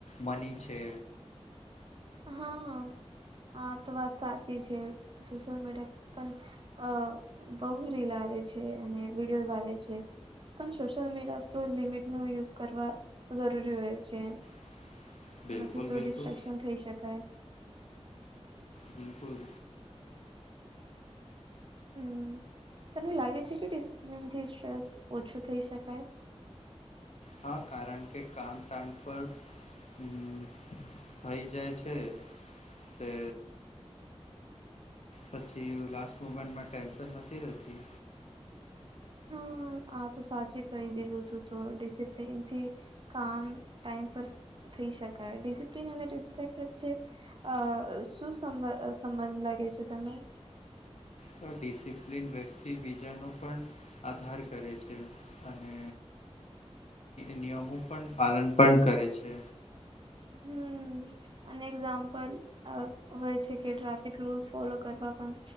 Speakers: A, on the left (about 75°); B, on the right (about 45°).
A: મની છે.
B: હા, આા તો વાત સાચી છે. સોશિલ મીડિયા પણ... અ.. બહુ રીલ આવે છે. અને વિડીયોઝ આવે છે. પણ સોશિયલ મીડિયા તો લિમિટ નો યુઝ કરવા જરૂરી હોય છે.
A: <inaudible>
B: નથી! તો
A: બિલકુલ
B: ડિસ્ટ્રક્શન થઈ શકાય.
A: બિલકુલ.
B: હમ તને લાગે છે, કે ડિસિપ્લીિન થી સ્ટ્રેસ ઓછું થઈ શકાય.
A: હા, કારણ કે કામ ટાઈમ પર.... હમ થઈ જાય છે. તે.... પછી લાસ્ટ મુમેન્ટમાં ટેન્શન નથી રહેતી.
B: હમ આ તો સાચું કહી દીધું હતું. તો ડિસિપ્લન થી..... કામ ટાઈમ પર થઈ શકાય. ડિસપ્લીન અને રિસ્પેક્ટ વચ્ચે.... અ શું સંબંધ લાગે છે? તને
A: તો ડિસિપ્લિન વ્યક્તિ બીજાનો પણ.... આદર કરે છે. અને નિયમો નું પણ પાલન પણ કરે છે.
B: હમ અને એક્ઝામ્પલ હોય છે. કે ટ્રાફિક રૂલ્સ ફોલો કરવા પણ